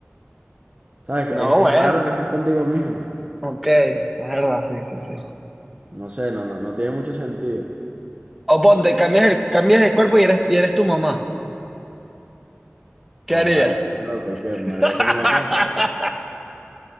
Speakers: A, on the right (about 35°); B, in the centre.
A: ¿Sabes? que
B: No,
A: Es,
B: bueno,
A: es raro que estés contigo mismo.
B: ok, es verdad, sí, sí, sí.
A: No sé, no, no, no tiene mucho sentido.
B: O ponte, cambias el, cambias el cuerpo y eres, y eres tu mamá. ¿Qué
A: No
B: harías?
A: vale, estás loco. ¿Y qué? ¿Me
B: <laughs>
A: veo con mi papá?